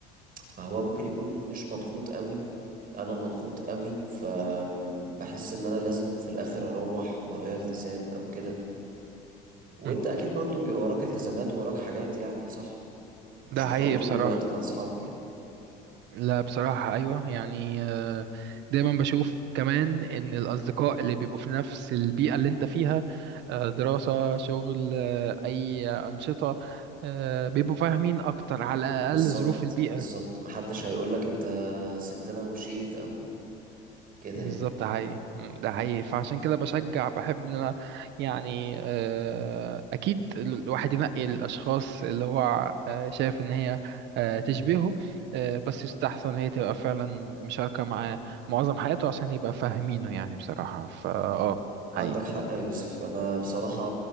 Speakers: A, on the right; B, on the right.
A: فهو ممكن يكون مش مضغوط قوي انا مضغوط قوي فبحس ان انا لازم في الاخر اروح ورايا التزام او كده وانت
B: مم.
A: اكيد برضو بيبقى وراك التزامات ووراك حاجات يعني صح مش
B: ده
A: بتقعد
B: حقيقي
A: طول
B: بصراحة
A: الوقت مع اصحابك يعني
B: لا بصراحة أيوة يعني آه، دايما بشوف كمان إن الأصدقاء اللي بيبقوا في نفس البيئة اللي أنت فيها آه، دراسة شغل آه، أي أنشطة آه، بيبقوا فاهمين أكتر على الأقل
A: بالظبط
B: ظروف البيئة
A: بالظبط محدش هيقولك انت سبتنا ومشيت او كده
B: بالظبط
A: يعني
B: ده حقيقي مم، ده حقيقي فعشان كده بشجع بحب ان انا يعني آه، اكيد ال- الواحد ينقي الاشخاص اللي هو آه، شايف ان هي آه، تشبهه آه، بس يستحسن هي تبقى فعلا مشاركة معاه معظم حياته عشان يبقى فاهمينه يعني بصراحة فا اه
A: عندك
B: حقيقي
A: حق يا يوسف
B: حقيقي.
A: انا بصراحة
B: مم.